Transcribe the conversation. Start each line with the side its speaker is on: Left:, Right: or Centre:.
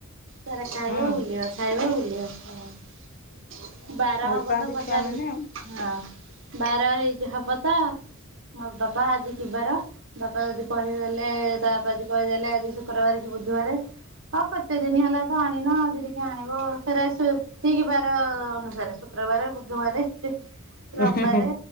Right: ତାର ଖାଇବ
Left: ହୁଁ
Right: ବୁଲିବ ଖାଇବ ବୁଲିବ ବାର
Left: ଭଲ
Right: ହବ
Left: ପାଆନ୍ତି
Right: ତ ପଚାରୁ
Left: ଛୁଆ ମାନେ ଆଉ।
Right: ହଁ ବାର ହେଇ ହବ ତ ମୋ ବାପା ଆଜି କିବାର ବାପା ଯଦି କହିଦେଲେ ତା ବାପା ଯଦି କହିଦେଲେ ଆଜି ଶୁକ୍ରବାର କି ବୁଧବାରେ ହ କେତେ ଦିନି ହେଲା ତ ଆଣିନ ଆଯି ଟିକେ ଆଣିବ ଫେରେ ଠିକ୍ ବାର ଅନୁସାରେ ଶୁକ୍ରବାର ବୁଧବାର
Left: ହୁଁ
Right: ରବିବାରେ